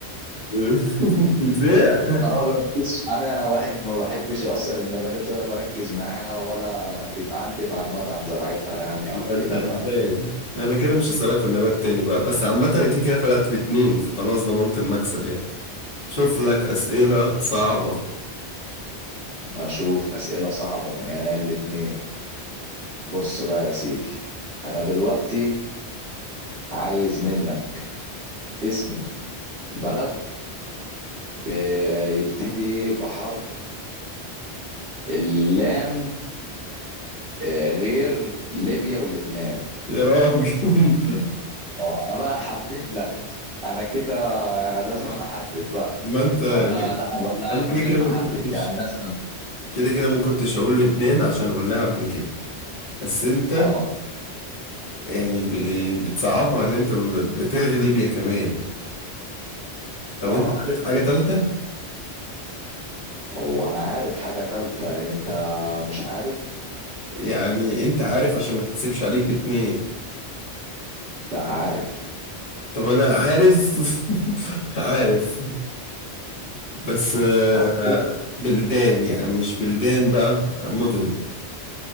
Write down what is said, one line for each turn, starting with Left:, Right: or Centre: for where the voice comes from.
Left: بتزهق
Right: انا ما
Left: <laughs>
Right: بركزش انا واحد ما بحبش اصلا النباتات ولا بركز معاها ولا بيبقى عندي معلومات عن زراعتها يعني
Left: لا
Right: او كده
Left: انت غلبان انا كده مش هسألك في النبات تاني بقى بس عامة انا كده كده فرقت باتنين فخلاص ضمنت المكسب يعني شوف لك اسئلة صعبة
Right: فاشوف اسئله صعبه من هنا الاتنين بص بقى يا سيدي انا دلوقتي عايز منك اسم بلد بيبتدي بحرف اللام آه، غير ليبيا ولبنان
Left: يا راجل <laughs>
Right: انا بقى احدد لك انا كده لازم أنا احدد بقى
Left: ما انت يعني
Right: ولا لا ولا
Left: انا كده
Right: من غير
Left: كده
Right: ما
Left: ما
Right: احدد
Left: كنتش
Right: يعني لازم أنا-
Left: كده كده ما كنتش هقول لبنان عشان قلناها قبل كده بس انت
Right: اه
Left: يعني ب- بتصعبها ان انت ب- بتلغي ليبيا كمان طب
Right: اه
Left: انت عارف حاجة تالتة
Right: هو انا عارف حاجة تالتة انت مش عارف
Left: يعني انت عارف عشان ما تحسبش عليك باتنين
Right: لا عارف
Left: طب انا عارف <laughs> عارف بس آه،
Right: طب قول.
Left: بلدان يعني مش بلدان بقى مدن